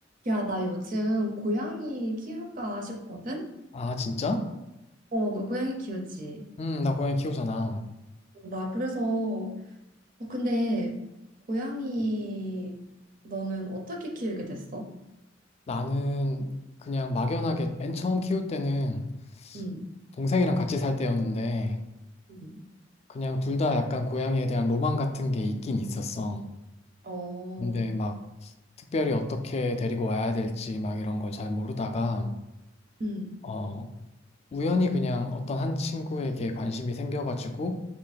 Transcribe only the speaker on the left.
아, 진짜?
음, 나 고양이 키우잖아.
나는 그냥 막연하게 맨 처음 키울 때는
동생이랑 같이 살 때였는데
그냥 둘 다 약간 고양이에 대한 로망 같은 게 있긴 있었어.
근데 막 특별히 어떻게 데리고 와야 될지 막 이런 걸 잘 모르다가
어, 우연히 그냥 어떤 한 친구에게 관심이 생겨가지고